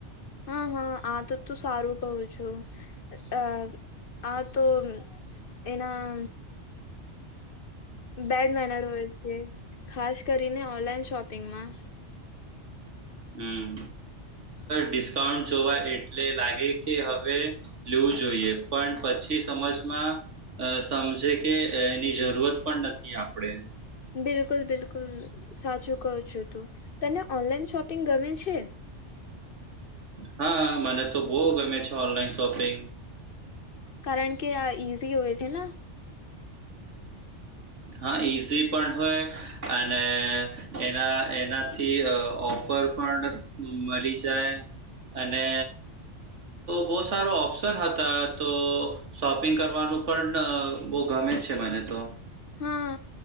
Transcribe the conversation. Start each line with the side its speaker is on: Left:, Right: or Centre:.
Left: હા હા આ તો તું સારું કવું છું. અ આ તો એના બેડ મેનર હોય છે, ખાસ કરીને ઓનલાઈન શોપિંગમાં
Right: હમ ડિસ્કાઉન્ટ જોવા એટલે લાગે કે હવે લેવું જોઈએ પણ પછી સમજમાં અ સમજે કે એની જરૂરત પણ નથી આપણેે.
Left: બિલકુલ બિલકુલ સાચું કહું છું, તું તને ઓનલાઈન શોપિંગ ગમે છે?
Right: હા મને તો બહ ગમે છે ઓનલાઈન શોપિંગ.
Left: કારણ કે આ ઈઝી હોય છે ને. <inaudible>
Right: હા ઈઝી પણ હોય અને એના એનાથી ઓફર પણ મળી જાય અને બહુ સારો ઓપ્શન હતા તો શોપિંગ કરવાનું પણ બહુ ગમે જ છે મને તો.
Left: હા